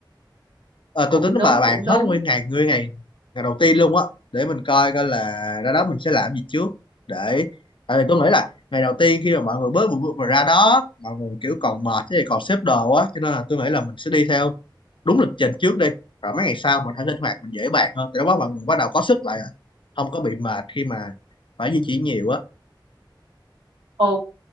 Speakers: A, on the left; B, on the right.
A: Ờ,
B: cũng
A: tôi tính
B: đúng
A: bà bàn
B: cũng đúng.
A: hết nguyên ngày nguyên ngày ngày đầu tiên luôn á để mình coi coi là ra đó mình sẽ làm gì trước để tại vì tôi nghĩ là ngày đầu tiên khi mà mọi người bớt bụi bụi mà ra đó mọi người kiểu còn mệt thì còn xếp đồ á cho nên là tôi nghĩ là mình sẽ đi theo đúng lịch trình trước đi rồi mấy ngày sau mình hãy linh hoạt mình dễ bàn hơn thì lúc đó mọi người bắt đầu có sức lại rồi không có bị mệt khi mà phải di chuyển nhiều á
B: Ok,